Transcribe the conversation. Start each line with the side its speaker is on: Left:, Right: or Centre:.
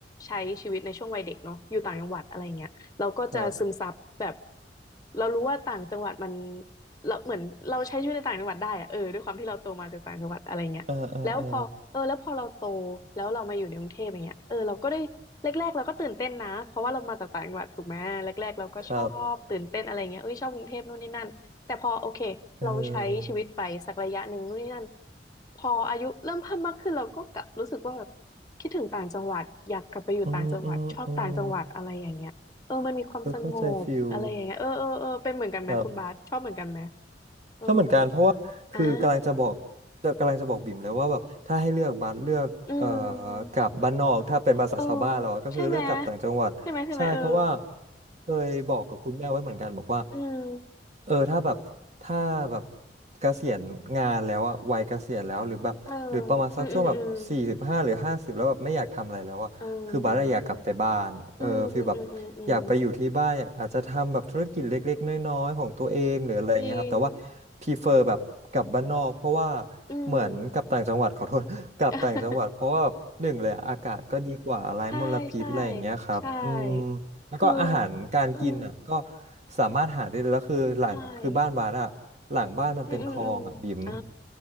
Left: ใช้ชีวิตในช่วงวัยเด็กเนาะอยู่ต่างจังหวัดอะไรเงี้ยเราก็จะซึมซับแบบ
Right: ครับ
Left: เรารู้ว่าต่างจังหวัดมัน เราเหมือนเราใช้ชีวิตในต่างจังหวัดได้อะเออด้วยความที่เราโตมาจากต่างจังหวัดอะไรเงี้ยแล้วพอเออแล้วพอเราโต
Right: เออเออเออ
Left: แล้วเรามาอยู่ในกรุงเทพอย่างเงี้ยเออเราก็ได้แรกๆเราก็ตื่นเต้นนะเพราะว่าเรามาจากต่างจังหวัดถูกไหมแรกๆเราก็ชอบตื่นเต้นอะไรเงี้ยเอ้ยชอบกรุงเทพนู่นนี่นั่นแต่พอโอเคเราใช้ชีวิตไปสักระยะหนึ่งนู่นนี่นั่น
Right: ครับเออ
Left: พออายุเริ่มเพิ่มมากขึ้นเราก็กลับรู้สึกว่าแบบคิดถึงต่างจังหวัดอยากกลับไปอยู่ต่างจังหวัดชอบต่างจังหวัดอะไรอย่างเงี้ยเออมันมีความสงบอะไรอย่างเงี้ยเออเออเออเป็นเหมือนกันไหมคุณบาสชอบเหมือนกันไหม
Right: อืมอืมอืมเออเข้าใจฟิลครับ
Left: เออ
Right: ชอบเหมือนกันเพราะว่าคือกำลังจะบอกจะกำลังจะบอกบิ่มเลยว่าแบบถ้าให้เลือกบัสเลือกเอ่อ
Left: อ่าอืม
Right: กลับบ้านนอกถ้าเป็นภาษาชาวบ้านเราอะก็คือเลือกกลับต่างจังหวัดใช่เพราะว่า
Left: เออใช่ไหมใช่ไหมใช่ไหมเออ
Right: เคยบอกกับคุณแม่ไว้เหมือนกันบอกว่า
Left: อืม
Right: เออถ้าแบบถ้าแบบเกษียณงานแล้วอะวัยเกษียณแล้วหรือแบบหรือประมาณสักช่วงแบบสี่สิบห้าหรือห้าสิบแล้วแบบไม่อยากทำอะไรแล้วอะคือบัสอะอยากกลับไปบ้านเออฟีลแบบ
Left: เอออืมอืมอืมเอออืมอืมอืมอืม
Right: อยากไปอยู่ที่บ้านอยากอาจจะทำแบบธุรกิจเล็กๆน้อยๆของตัวเองหรืออะไรอย่างเงี้ยครับแต่ว่าพีเฟอร์แบบกลับบ้านนอกเพราะว่า
Left: จริงอืม
Right: เหมือนกลับต่างจังหวัด <laughs> ขอโทษ <laughs> กลับต่างจังหวัดเพราะว่าหนึ่งเลยอะอากาศก็ดีกว่าไร้มลพิษอะไรอย่างเงี้ยครับอืม
Left: <laughs> ใช่ใช่ ใช่
Right: แล้วก็อาหารการกินอ่ะก็
Left: คืออืม
Right: สามารถหาได้เลยแล้วคือหลังคือบ้านบาสอ่ะหลังบ้านมันเป็นคลองอ่ะบิ่ม
Left: ใช่อืม อืม อืมอ่า